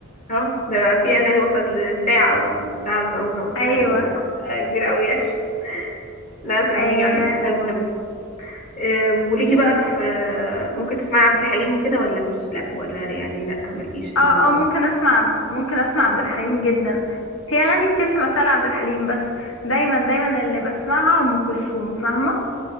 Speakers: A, on the left; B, on the left.
A: اهو ده في اغاني وصلت لساعه وساعه الا ربع وكده
B: ايوه
A: ده الموضوع بقى كبير قوي يعني <laughs> لا احنا
B: ايوه
A: بنيجي عند الحته المهمه آه، وليكي
B: في
A: بقى في آه، ممكن تسمعي عبد الحليم وكده ولا مش لا ولا يعني لا مالكيش في
B: اه
A: الموضوع
B: اه ممكن
A: ده
B: اسمع ممكن اسمع عبد الحليم جدا في اغاني كتير سمعتها لعبد الحليم بس دايما دايما اللي بسمعها ام كلثوم فاهمه